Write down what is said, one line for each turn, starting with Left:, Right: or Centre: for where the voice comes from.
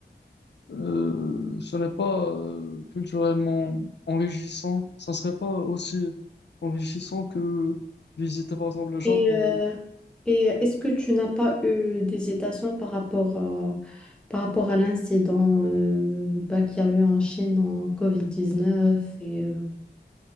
Left: euh, ce n'est pas euh, culturellement enrichissant. Ça ne serait pas aussi enrichissant que visiter par exemple le Japon.
Centre: Et, euh, et est-ce que tu n'as pas eu d'hésitation par rapport, à- par rapport à l'incident euh, bah, qu'il y a eu en Chine en covid dix-neuf et, euh,